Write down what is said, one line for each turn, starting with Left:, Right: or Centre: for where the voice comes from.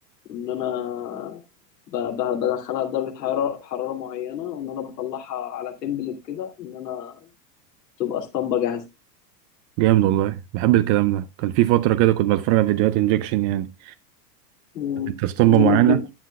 Left: وان انا ب- ب- بدخلها لدرجه حراره حراره معينه وان انا بطلعها على تمبلت كده ان انا تبقى اسطمبه جاهزه
Right: جامد والله بحب الكلام ده كان في فترة كده كنت بتفرج على فيديوهات انجكشن يعني
Left: مم.
Right: انت اسطمبة
Left: جامد
Right: معينة
Left: جدا